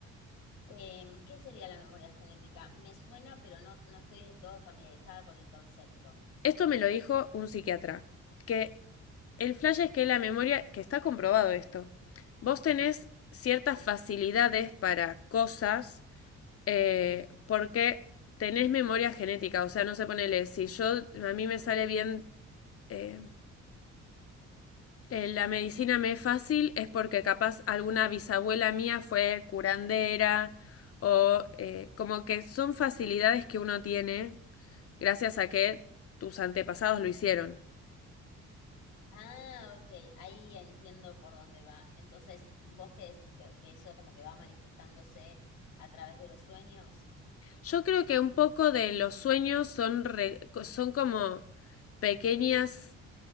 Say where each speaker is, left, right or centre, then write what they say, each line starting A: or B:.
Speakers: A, on the left; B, on the left.
A: Em, ¿qué sería la memoria genética? Me suena, pero no, no estoy de todo familiarizada con el concepto.
B: Esto me lo dijo un psiquiatra, que el flash es que la memoria, que está comprobado esto, vos tenés ciertas facilidades para cosas eh, porque tenés memoria genética, o sea, no se sé, ponele, si yo, a mí me sale bien, eh, eh, la medicina me es fácil, es porque capaz alguna bisabuela mía fue curandera o eh, como que son facilidades que uno tiene gracias a que tus antepasados lo hicieron.
A: Ah, ok, ahí entiendo por dónde va. Entonces, ¿vos qué decís que, que eso como que va manifestándose a través de los sueños?
B: Yo creo que un poco de los sueños son, re- son como pequeñas